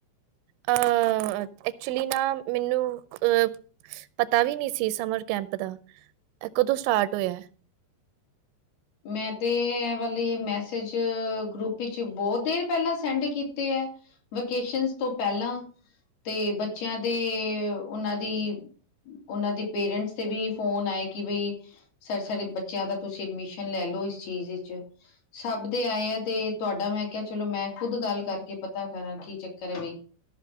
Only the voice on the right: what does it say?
ਅਹ ਐਕਚੁਲੀ ਨਾ ਮੈਨੂੰ ਅ ਪਤਾ ਵੀ ਨੀ ਸੀ ਸਮਰ ਕੈਂਪ ਦਾ ਕਦੋਂ ਸਟਾਰਟ ਹੋਇਆ।